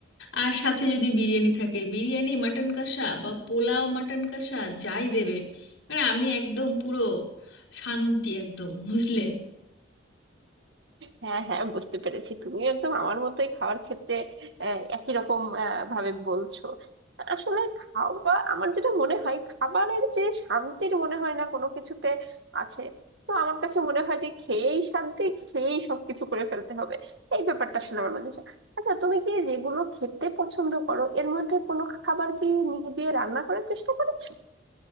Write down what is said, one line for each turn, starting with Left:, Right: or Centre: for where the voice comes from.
Left: আর সাথে যদি বিরিয়ানি থাকে বিরিয়ানি মাটন কষা বা পোলাও মাটন কষা যাই দেবে মানে আমি একদম পুরো শান্তি একদম বুঝলে
Right: হ্যাঁ হ্যাঁ বুঝতে পেরেছি তুমি একদম আমার মতোই খাওয়ার ক্ষেত্রে আহ, একই রকম আহ, ভাবে বলছো আসলে খাওয়া আমার যেটা মনে হয় খাবারের যে শান্তির মনে হয় না কোনো কিছুতে আছে তো আমার কাছে মনে হয় যে খেয়েই শান্তি খেয়েই সবকিছু করে ফেলতে হবে এই ব্যাপারটা আসলে আমার মধ্যে আছে। আচ্ছা তুমি কি যেগুলো খেতে পছন্দ করো এর মধ্যে কোনো খাবার কি নিজে রান্না করার চেষ্টা করেছো